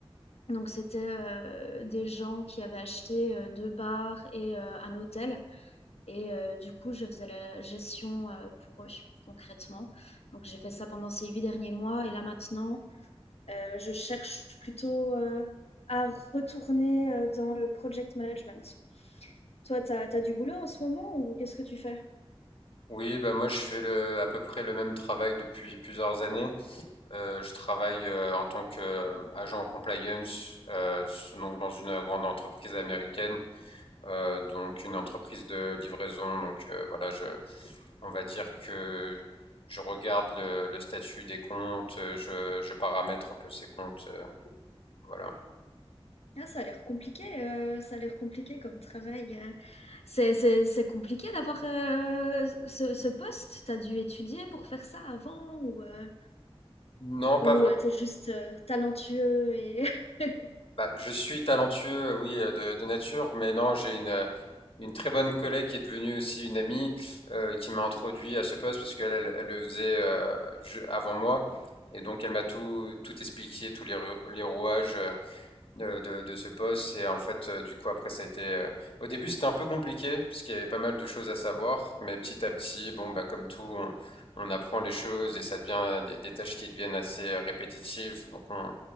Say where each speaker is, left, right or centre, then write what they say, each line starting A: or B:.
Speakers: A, on the left; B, on the left.
A: Donc c'était euh, des gens qui avaient acheté euh, deux bars et euh, un hôtel. Et euh, du coup, je faisais la gestion euh, pour eux, concrètement. Donc, j'ai fait ça pendant ces huit derniers mois. Et là, maintenant, euh, je cherche plutôt euh, à retourner euh, dans le project management. Toi, tu as, du boulot en ce moment ou qu'est-ce que tu fais?
B: Oui, bah moi je fais le- à peu près le même travail depuis plusieurs années. Euh, je travaille euh, en tant qu'agent compliance, euh, s- donc dans une grande entreprise américaine, euh, donc une entreprise de livraison. Donc euh, voilà, je, on va dire que je regarde le, le statut des comptes, euh, je, je paramètre un peu ces comptes, euh, voilà.
A: Ah, ça a l'air compliqué, euh, ça a l'air compliqué comme travail. euh. C'est, c'est, c'est compliqué d'avoir euh, ce, ce poste. T'as dû étudier pour faire ça avant ou, euh,
B: Non, pas
A: Ou euh, t'es juste euh, talentueux et... <laughs>
B: Bah, je suis talentueux, euh, oui, euh, de, de nature, mais non, j'ai une, euh, une très bonne collègue qui est devenue aussi une amie euh, qui m'a introduit à ce poste parce qu'elle elle, elle le faisait euh, je- avant moi. Et donc, elle m'a tout, tout expliqué, tous les, rou- les rouages. euh, de, de- de ce poste. Et en fait, euh, du coup, après, ça a été. euh, au début, c'était un peu compliqué, parce qu'il y avait pas mal de choses à savoir. Mais petit à petit, bon, bah, comme tout, on, on apprend les choses et ça devient des, des tâches qui deviennent assez euh, répétitives. Donc, on,